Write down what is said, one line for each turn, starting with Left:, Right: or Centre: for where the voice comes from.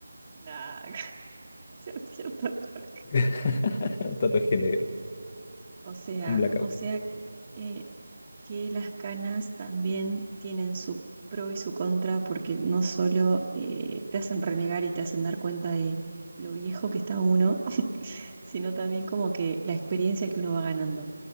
Right: Nah, <laughs> se hacía tatuaje.
Left: <laughs> Un tatuaje negro.
Right: O sea,
Left: Un blackout.
Right: o sea, eh, que las canas también tienen su pro y su contra, porque no solo eh, te hacen renegar y te hacen dar cuenta de lo viejo que está uno, <laughs> sino también como que la experiencia que uno va ganando,